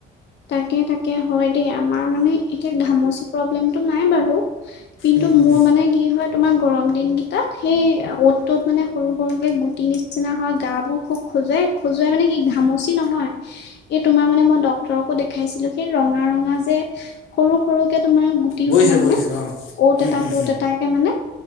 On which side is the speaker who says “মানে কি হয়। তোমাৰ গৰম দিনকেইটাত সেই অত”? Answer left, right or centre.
Left